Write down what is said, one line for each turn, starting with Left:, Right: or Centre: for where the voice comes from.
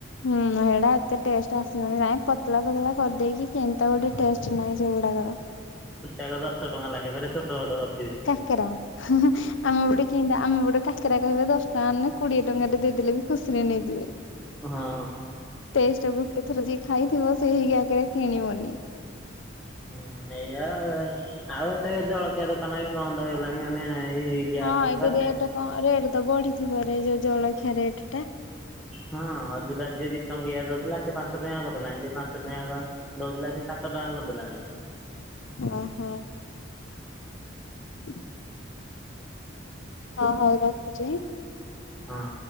Left: ହୁଁ ହେଟା ଏତେ ଟେଷ୍ଟ ଆସିବନି ନାଇଁ ପତଳା ପତଳା କରିଦେଇକି କେମିତିଆ ଗୋଟେ ଟେଷ୍ଟ ନାହିଁ ସେଗୁଡାକର।
Centre: ଏରା ଦଶ ଟଙ୍କା ଲାଖେ ଫେରେ ଛୋଟ ଛୋଟ କରୁ
Left: କାକେରା ଆମ ଗୋଟେ କେ ଆମ ଗୋଟେ କାକେରା କହିବା ଦଶ ଟଙ୍କା ନେ କୋଡିଏ ଟଙ୍କା ଟା ଦେଇଦେଲେ ବି ଖୁସିରେ ନେଇଯିବେ।
Centre: ହଁ।
Left: ଯୋଉ ଗୋଟେ ଥର ଯିଏ ଖାଇଥିବ ସେଇ କାକରା କିଣିବନି।
Centre: ହୁଁଁ ଏଇଆ ଆଉ ଏତେ ଜଳଖିଆ ଦୋକାନ ବି ବନ୍ଦ ହେଇଗଲାଣି ମାନେ। ଏଇ ଗ୍ୟାସ୍
Left: ହଁ ଏବେ
Centre: ସକାଶେ
Left: ରେଟ କଣ ରେଟ ତ ବଢିଥିବ ରେ ଯୋଉ ଜଳଖିଆ ରେଟ ଟା।
Centre: ହଁ ଅଯୁଟା ଯିଏ ଦି ଟଙ୍କିଆ ଦଉଥିଲା ସେ ପାଞ୍ଚ ଟଙ୍କିଆ କରିଦେଲାଣି, ଯିଏ ପାଞ୍ଚ ଟଙ୍କା ଦଉଥିଲା ସେ ସାତ ଟଙ୍କା କରିଦେଲାଣି।
Left: ଅ ହ। <inaudible> ହ ହଉ ରଖୁଛି।
Centre: ହଁ।